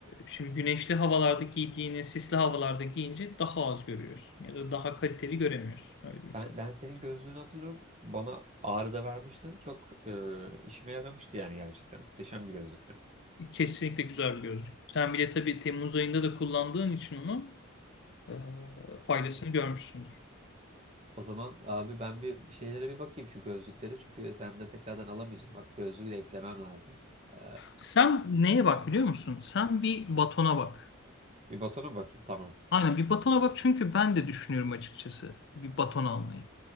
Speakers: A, on the left; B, on the right.
A: şimdi güneşli havalarda giydiğini sisli havalarda giyince daha az görüyorsun. Ya da daha kaliteli göremiyorsun. Öyle diyeyim
B: Ben,
A: sana.
B: ben senin gözlüğünü hatırlıyorum. Bana Ağrı'da vermiştin. Çok e, işime yaramıştı yani gerçekten. Muhteşem bir gözlüktü.
A: Kesinlikle güzel bir gözlük. Sen bile tabii Temmuz ayında da kullandığın için onu e, faydasını görmüşsündür.
B: O zaman abi ben bir şeylere bir bakayım şu gözlükleri. Çünkü sen de tekrardan alamayacağım. Bak gözlüğü de eklemem lazım. Ee,
A: Sen neye bak biliyor musun? Sen bir batona bak.
B: Bir batona bakayım tamam.
A: Aynen bir batona bak çünkü ben de düşünüyorum açıkçası bir baton almayı.